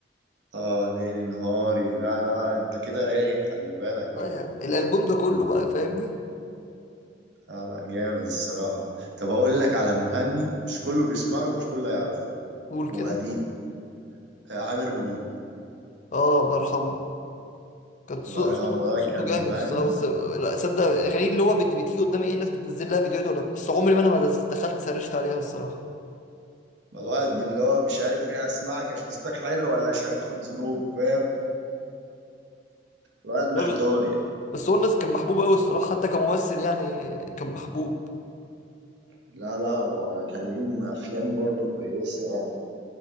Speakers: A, on the right; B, on the left.
A: اه ليلي نهاري لا لا انت كده رايق خلي بالك
B: اه يا عم الالبوم ده كله بقى فاهمني
A: لا لا جامد الصراحة طب هقول لك على مغني مش كله بيسمع له ومش كله يعرفه
B: قول
A: وقديم
B: كده
A: آه عامر منيب
B: اه الله يرحمه كان صو-
A: الله يرحمه
B: صوته كان
A: ده
B: صوته
A: كان
B: جامد
A: مغني
B: الصراحه بس لا، صدق اغاني اللي هو بت- بتيجي قدامي ايه الناس بتنزل لها فيديوهات ولا بس عمري ما انا ما دخلت سرشت عليها الصراحه
A: الواحد باللي هو مش عارف ايه اسمعك عشان صوتك حلو ولا عشان هتاخد ذنوب فاهم الواحد محتار
B: لا،
A: يعني
B: بس هو الناس كان محبوب قوي الصراحه حتى كممثل يعني كان محبوب
A: لا لا وكان ليه افلام برضه كويسه يعني